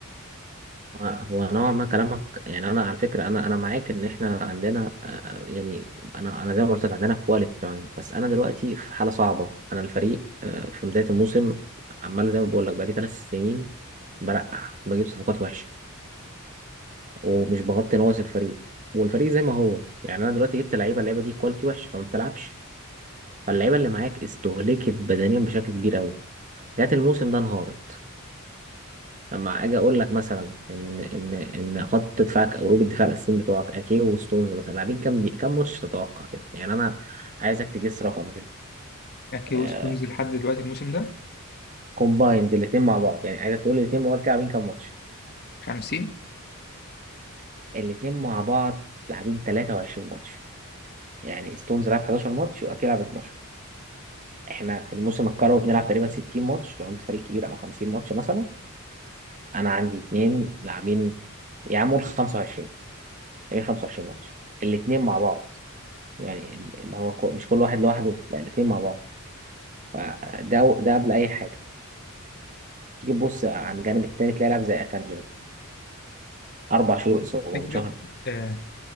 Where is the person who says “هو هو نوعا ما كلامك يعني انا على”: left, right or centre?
Right